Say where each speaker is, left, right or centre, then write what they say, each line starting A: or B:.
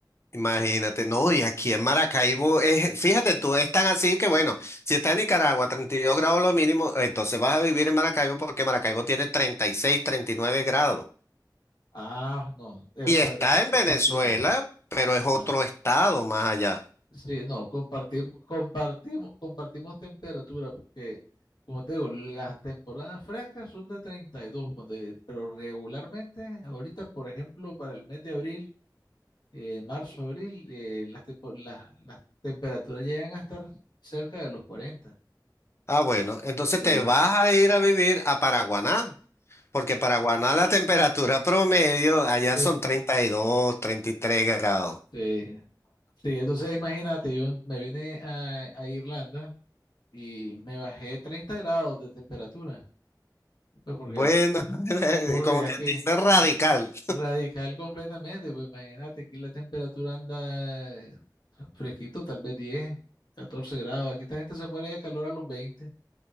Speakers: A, on the left; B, on the left.
A: Imagínate, no, y aquí en Maracaibo es, fíjate tú, es tan así que bueno, si está en Nicaragua, 32 grados lo mínimo, entonces vas a vivir en Maracaibo porque Maracaibo tiene treinta treinta y seis treinta y nueve grados.
B: Ah, no, eh,
A: Y
B: pa-
A: está
B: pa-
A: en
B: compartimos.
A: Venezuela, pero
B: Ajá.
A: es otro estado más allá.
B: Sí, no, compartimos, compartimos, compartimos temperatura, porque, como te digo, las temporadas frescas son de 32, cuando, eh, pero regularmente, ahorita, por ejemplo, para el mes de abril, eh, marzo, abril, eh, las, tempo- las las temperaturas llegan a estar cerca de los 40.
A: Ah, bueno, entonces
B: Sí.
A: te vas a ir a vivir a Paraguaná, porque Paraguaná la temperatura promedio allá
B: Em,
A: son treinta treinta y dos treinta y tres grados.
B: Sí, sí, entonces imagínate, yo me vine a, a Irlanda y me bajé 30 grados de temperatura, pues porque,
A: Bueno, <laughs>
B: porque
A: como
B: aquí
A: que dice radical.
B: radical completamente, pues imagínate, aquí la temperatura anda eh, fresquito, tal vez 10, 14 grados, aquí esta gente se muere de calor a los 20.